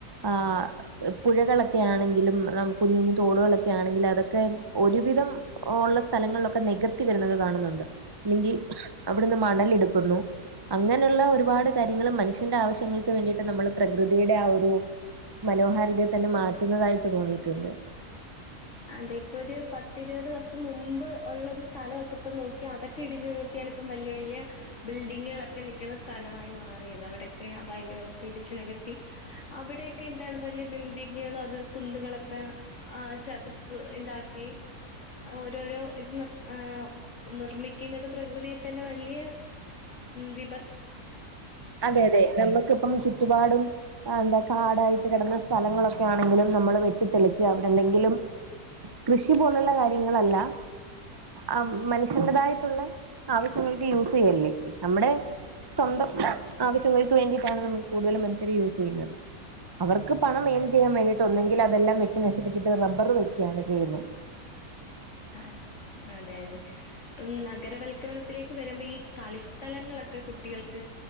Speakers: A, on the right; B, on the left.
A: ആഹ് പുഴകളൊക്കെ ആണെങ്കിലും ന കുഞ്ഞു കുഞ്ഞഞ് തോടുകളൊക്കെ ആണെങ്കിലും അതൊക്കെ ഒരുവിധം ഉള്ള സ്ഥലങ്ങളിലൊക്കെ നികത്തി വരുന്നത് കാണുന്നുണ്ട് ഇല്ലെങ്കി അവിടുന്ന് മണലെടുക്കുന്നു അങ്ങനെയുള്ള ഒരുപാട് കാര്യങ്ങൾ മനുഷ്യന്റെ ആവശ്യങ്ങൾക്ക് വേണ്ടിയിട്ട് നമ്മൾ പ്രകൃതിയുടെ ആ ഒരു മനോഹാരിതയെ തന്നെ മാറ്റുന്നതായിട്ട് തോന്നിട്ട്ണ്ട്
B: അതെ ഇപ്പൊരു പത്തിരുപത് വർഷം മുമ്പ് ഉള്ളൊരു സ്ഥലൊക്കെ ഇപ്പൊ നോക്കി അതൊക്കെ ക്കെ ഇടിച്ചു നികത്തിയാണ് ഇപ്പം വലിയ വലിയ ബിൽഡിങ്ങുകളൊക്കെ നിക്കുന്ന സ്ഥലമായി മാറിയത് അവിടൊക്കെ ആ വയലുകളൊക്കിടിച്ച് നികത്തി അവിടെക്കെ എന്താണ് വലിയ ബിൽഡിങ്ങുകളും അത കുന്നുകളൊക്കെ ആ ചതു ഇതാക്കി ഓരോരോ ഇത് ഏഫ് നിർമ്മി ഇന്നത്തെ പ്രകൃതിയിത്തന്നെ വലിയ വിപ
A: അതെ അതെ നമുക്കിപ്പം ചുറ്റുപാടും എന്താ കാടായിട്ട് കെടന്ന സ്ഥലങ്ങളൊക്കെയാണെങ്കിലും നമ്മള് വെട്ടിത്തെളിച്ച് അവിടെ എന്തെങ്കിലും കൃഷി പോലുള്ള കാര്യങ്ങളല്ല ആഹ് മനുഷ്യന്റെതായിട്ടുള്ള ആവശ്യങ്ങൾക്ക് യൂസെയ്യല്ലേ നമ്മുടെ സ്വന്തം
B: ഉം ഉം
A: ആവശ്യങ്ങൾക്ക് വേണ്ടിയിട്ടാണ് നമ്മള് കൂടുതലും മനുഷ്യരെ യൂസെയ്യുന്നത് അവർക്ക് പണം ഇൺ ചെയാൻ വേണ്ടിട്ട് ഒന്നെങ്കിൽ അതെല്ലാം വെട്ടി നശിപ്പിച്ചിട്ട് റബർ വെക്കും ക്കെയാണ് ചെയ്യുന്നെ
B: ആഹ് അതെയതെ ഇപ്പം നഗരവൽക്കരണത്തിലേക്ക് വരുമ്പീ കളിസ്ഥലങ്ങളൊക്കെ കുട്ടികൾക്ക്